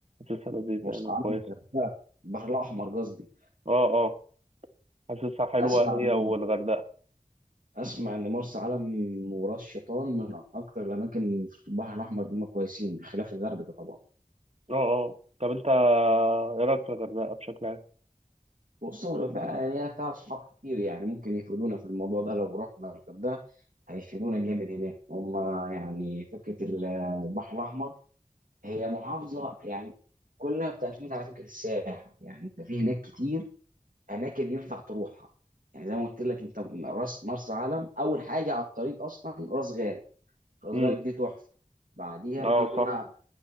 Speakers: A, on the right (about 45°); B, on the right (about 75°).
A: حاسسها لذيذه
B: مرسى
A: يعني وكويسه
B: علم الغردقة، البحر الاحمر قصدي
A: اه اه حاسسها حلوه
B: اسمع
A: هي
B: ان
A: والغردقه
B: اسمع ان مرسى علم وراس شيطان من اكتر الاماكن في البحر الاحمر هم كويسين بخلاف الغردقه طبعا
A: اه اه طب انت ايه رايك في الغردقه بشكل عام
B: وخصوصا الغردقه يعني هي فيها اصحاب كتير يعني ممكن يفيدونا في الموضوع ده لو رحنا الغردقه هيفيدونا جامد هناك هم يعني فكره البحر الاحمر هي محافظة يعني كلها بتعتمد على فكرة السياحة يعني انت في هناك كتير اماكن ينفع تروحها يعني زي ما قلت لك انت راس مرسى علم اول حاجة على الطريق اصلا راس غارب راس
A: امم
B: غارب دي تحفة بعديها
A: اه
B: ان انا
A: صح